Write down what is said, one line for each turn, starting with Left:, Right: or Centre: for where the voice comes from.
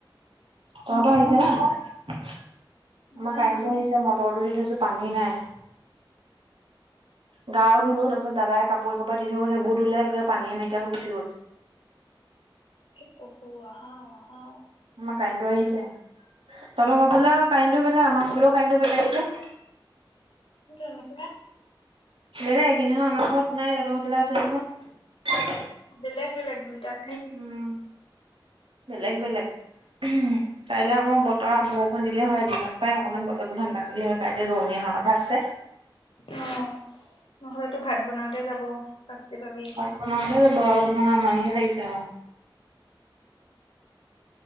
Right: তহঁতৰ আহিছে না, আমাৰ
Left: ইমান
Right: কাৰেণ্টটো
Left: হা
Right: আহিছে। এতিয়া মটৰটো দি থৈছোঁ পানী নাই। গাও ধুলো তাৰপিছ দাদাই কাপোৰ এশোপা দি থৈ গ'ল সেইবোৰলে পানীয়ে নাইকিয়া হৈ গুচ গ'ল।
Left: প্ৰভু আহা আহা।
Right: আমাৰ কাইণ্টো আহিছে, তহঁত সেইফালেও কাইণ্টো বেলেগ, আমাৰ ইফালেও কাইন্টো বেলেগ, এতিয়া
Left: <unintelligible>
Right: দাদা এইকেইদিন হ'ল আমাৰ ঘৰত নাই। দোকান ফালে আছে নহয়।
Left: বেলেগ-বেলেগ দুইটাক
Right: উম, বেলেগ-বেলেগ উম। কাইলৈ আকৌ বতৰ, বৰষুণ দিলে হয় দিনত পায় অকণমান বতৰটো ঠাণ্ডা কৰিলে হয়, কাইলৈ ৰোৱনী অহাৰ কথা আছে।
Left: অ নহ'লেতো ভাত বনাওঁতে যাব শাস্তি পাবি।
Right: ভাত বনাওতে যাব মোৰ আমনিহে লাগিছে আৰু।